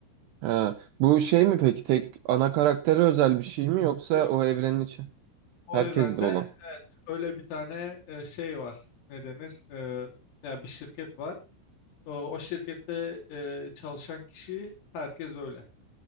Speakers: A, on the right (about 80°); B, on the left (about 70°).
A: Ha. Bu şey mi peki tek ana karaktere özel bir şey mi yoksa
B: Yok
A: o evrenin içi
B: o
A: herkeste
B: evrende
A: olan?
B: öyle bir tane e, şey var ne denir E, ya bir şirket var o, o şirkette e, çalışan kişi herkes öyle.